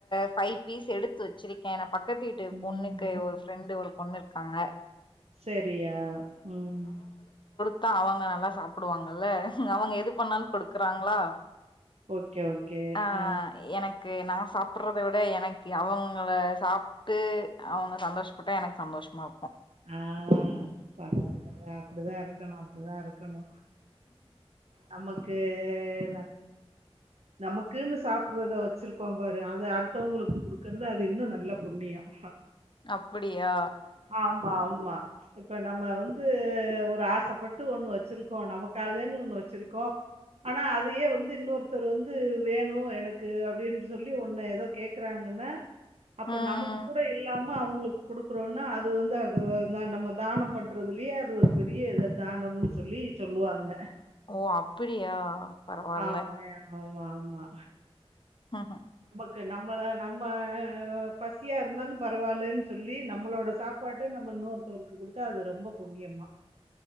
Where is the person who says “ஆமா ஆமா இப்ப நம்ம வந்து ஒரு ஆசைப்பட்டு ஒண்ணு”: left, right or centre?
Right